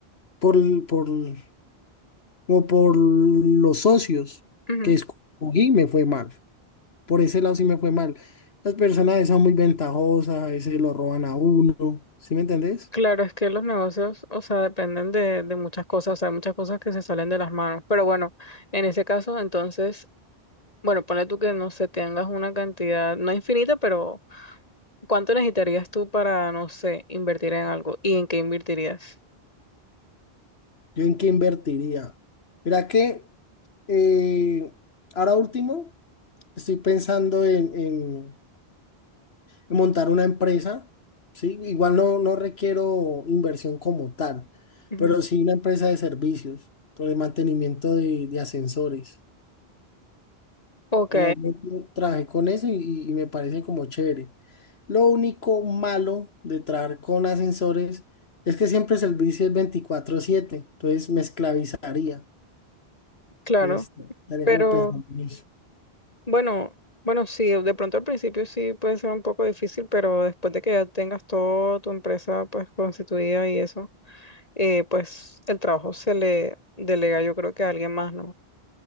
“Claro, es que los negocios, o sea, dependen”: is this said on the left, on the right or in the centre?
Left